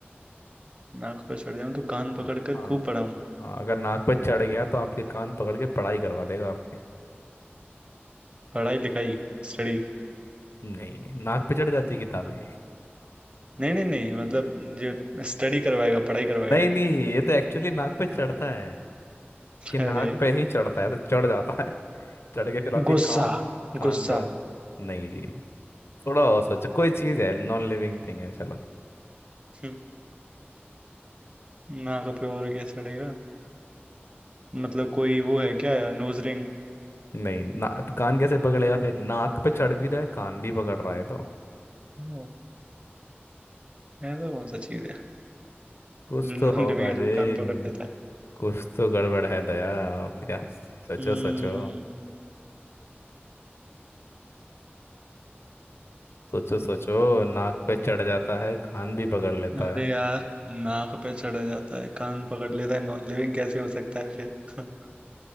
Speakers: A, on the right; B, on the left.
A: नाक पे चढ़े हूँ तो कान पकड़
B: हाँ
A: कर
B: हाँ
A: खूब पढ़ा हूँ
B: हाँ, अगर नाक पे चढ़ गया तो आपके कान पकड़ के पढ़ाई करवा देगा आपके
A: पढ़ाई लिखाई स्टडी
B: नहीं नाक पे चढ़ जाती है किताबें
A: नहीं नहीं नहीं मतलब ये स्टडी करवाएगा पढ़ाई करवाएगा
B: नहीं नहीं ये तो एक्चुअली नाक पे चढ़ता है कि नाक
A: अरे
B: पे ही चढ़ता है तो चढ़ जाता है चढ़ के फिर आपके
A: गुस्सा
B: कान कान
A: गुस्सा
B: पर नहीं जी थोड़ा और सोचो कोई चीज है नॉन लिविंग थिंग है चलो
A: हम्म, नाक पे और क्या चढ़ेगा मतलब कोई वो है क्या नोज रिंग
B: नहीं ना तो कान कैसे पकड़ेगा फिर नाक पे चढ़ भी रहा है कान भी पकड़ रहा है तो
A: ओ, ऐसा कौन सा चीज है
B: कुछ
A: जो
B: तो
A: नॉन
B: होगा
A: लिविंग है जो
B: जी
A: कान पकड़ देता है
B: कुछ तो गड़बड़ है दया आप या सोचो
A: हम्म
B: सोचो सोचो सोचो नाक पे चढ़ जाता है कान भी पकड़ लेता
A: अरे
B: है
A: यार नाक पे चढ़ जाता है कान पकड़ लेता है नॉन लिविंग कैसे हो सकता है फिर <laughs>